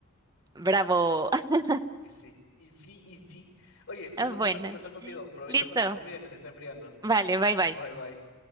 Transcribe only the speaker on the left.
Y sí, y sí, y sí. Oye,
un gustazo
conversar contigo. Provecho
con tu comida que se está enfriando.
<laughs>
Bye
bye.